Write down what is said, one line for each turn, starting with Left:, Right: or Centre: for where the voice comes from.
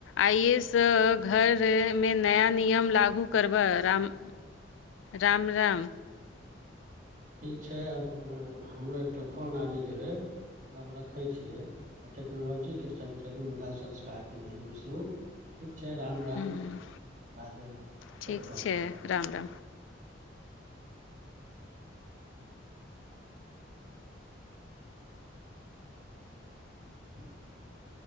Left: आइएसँ घरमे नया नियम लागू करबै राम राम राम
Right: ठीक छै आब हमरो एकटा फोन आबि गेलै आब रखय छियै आ टेक्नोलॉजीके सङ्ग चलू मुदा संस्कारके नहिँ बिसरू ठीक छै राम राम
Left: हम्म,
Right: बादमे
Left: ठीक
Right: गप
Left: छै
Right: करब
Left: राम राम
Right: <inaudible>